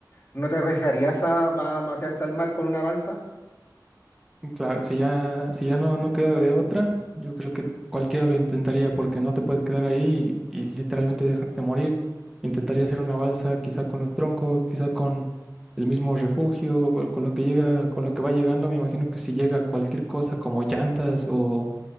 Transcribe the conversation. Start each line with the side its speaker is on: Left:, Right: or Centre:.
Left: ¿No te arriesgarías a, a matearte al mar con una balsa?
Centre: Claro, si ya, si ya no, no queda de otra, yo creo que cualquiera lo intentaría porque no te puedes quedar ahí y, y literalmente dejarte morir. Intentaría hacer una balsa quizá con los troncos, quizá con el mismo refugio, o con lo que llega, con lo que va llegando. Me imagino que si llega cualquier cosa como llantas o